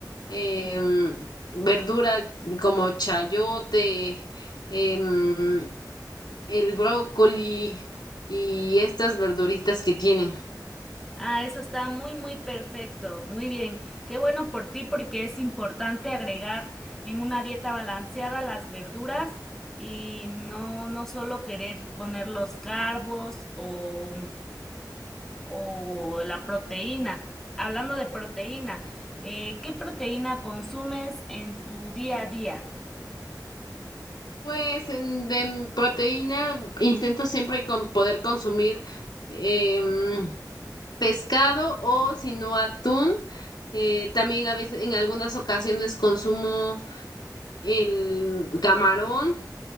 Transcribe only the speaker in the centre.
Ah, eso está muy, muy perfecto. Muy bien. Qué bueno por ti porque es importante agregar en una dieta balanceada las verduras y no, no solo querer poner los carbos o o la proteína. Hablando de proteína, eh, ¿qué proteína consumes en tu día a día?